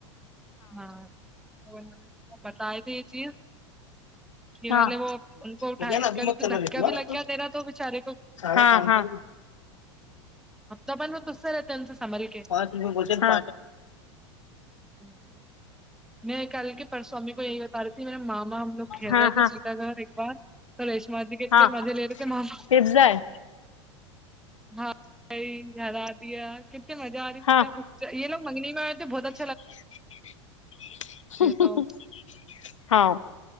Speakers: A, in the centre; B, on the left.
A: ہاں تو نے بتائے تھے یہ چیز کے
B: ہاں
A: بولے وہ ان کو
B: ہو
A: اٹھائے
B: گیا نا ابھی
A: کبھی
B: مت
A: تو
B: چلا
A: دھکا
B: رہے
A: بھی لگیا تیرا تو بچارے کو
B: ہاں ہاں
A: اب تو بہن میں تجھ سے رہتی سنبھال کے
B: ہاں
A: <inaudible> میں کل کے پرسوں امی کو یہی بتا رہی تھی میرے ماما ہم لوگ کھیل
B: ہاں
A: رہے تھے
B: ہاں
A: سیتا گھر ایک بار تو ریشما جی کتنے
B: ہاں
A: مزے لے رہے تھے ماما
B: پزا ہے
A: ہاں <unintelligible> کتنے مزہ آ رہی
B: ہاں
A: تھی یہ لوگ مگنی میں اے تھے بہت اچا
B: <inaudible>
A: تھے تو
B: ہاں